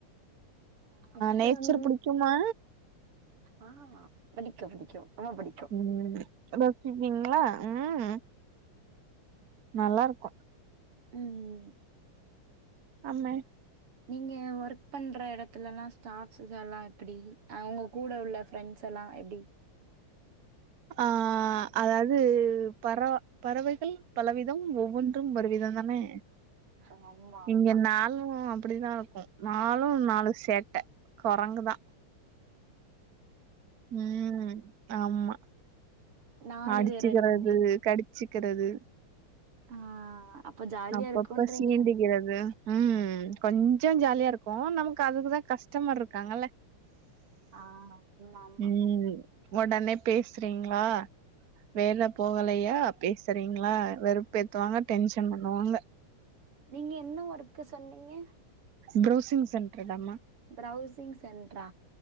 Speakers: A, on the right; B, on the right.
A: அப்புறம்
B: நேச்சர் புடிக்குமா
A: ஆஹ் புடிக்கு புடிக்க ரொம்ப புடிக்கு
B: உம் ரெசிப்பீங்ளா உம் நல்லாருக்கு
A: ம்
B: அம்மே
A: நீங்க ஒர்க் பண்ற எடத்துலல்லா ஸ்டாப்ஸ்ங்கலா எப்டி அவ்ங்க கூட உள்ள ஃப்ரெண்ட்ஸ்ஸெல்லா எப்டி
B: ஆஹ் அதாவது பறவ பறவைகள் பலவிதம் ஒவ்வொன்றும் ஒரு விதம் தானே
A: ஆமா ஆமா
B: இங்க நாலு அப்டிதா நாலும் நாலு சேட்ட கொரங்குதா ம் ஆமா
A: நாலு
B: அடிச்சுகிறது
A: பேரா நீங்க
B: கடிச்சிக்கிறது
A: ஆ அப்ப ஜாலியா
B: அப்பப்ப
A: இருக்குன்றீங்க
B: சீண்டிகிறது ம் கொஞ்ச ஜாலியாருக்கு நமக்கு அதுக்குதா கஷ்டமர்ருக்காங்கல்ல
A: ஆ ஆமா ஆமா
B: ம் ஒடனே பேசுறீங்ளா வேலப் போகலையா பேசுறீங்ளா வெறுப்பேத்துவாங்க டென்ஷன் பண்ணுவாங்க
A: நீங்க என்ன ஒர்க்கு சொன்னிங்க
B: பிரவுசிங் சென்ட்ருதாம்மா
A: பிரவுசிங் சென்ட்ரா